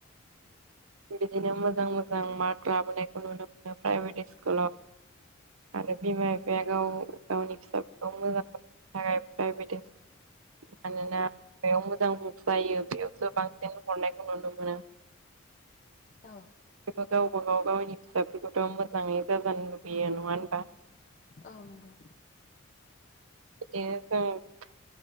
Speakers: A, on the right (about 80°); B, on the left (about 40°).
A: बिदिनो मोजां मोजां मार्क लाबोनायखौ नुनो मोनो प्राइभेट स्कुलाव। आरो बिमा बिफाया गाव गावनि फिसाफोरखौ मोजां <inaudible> मानोना बेयाव मोजां बुंसो लायो बेयावसो बांसिन हरनायखौ नुनो मोनो।
B: औ।
A: थेवबो गावबागाव गावनि फिसाफोरखौथ' मोजांङै जाजानो लुबैयो नङा होनबा।
B: औ नंगौ।
A: <inaudible>